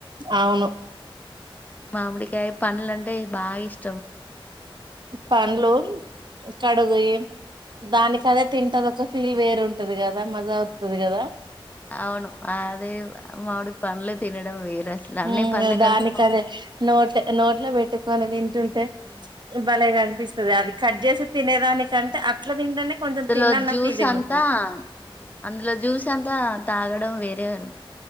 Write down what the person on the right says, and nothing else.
అవును
పండ్లు కడుగు ఏం దానికదే
తింటదో ఫీల్ వేరుంటది కదా మజా వత్తది కదా
ఉమ్
దానికి
అదే
నోట్ల నోట్లో పెట్టుకునే తింటుం అంటే
భలేగా అనిపిస్తది అది కట్
చేసి తినేదానికంటే అట్లా తింటేనే కొంచెం
తిన్నన్న
ఫీలింగ్
ఉంటది